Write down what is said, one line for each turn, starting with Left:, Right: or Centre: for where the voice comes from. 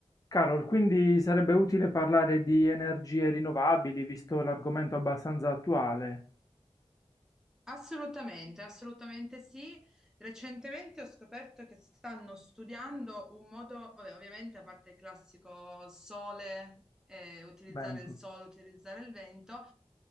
Left: Carol, quindi sarebbe utile parlare di energie rinnovabili, visto l'argomento abbastanza attuale.
Centre: Assolutamente, assolutamente sì. Recentemente ho scoperto che stanno studiando un modo, vabbè, ovviamente a parte il classico sole, eh, utilizzare
Left: Bento.
Centre: il sole, utilizzare il vento,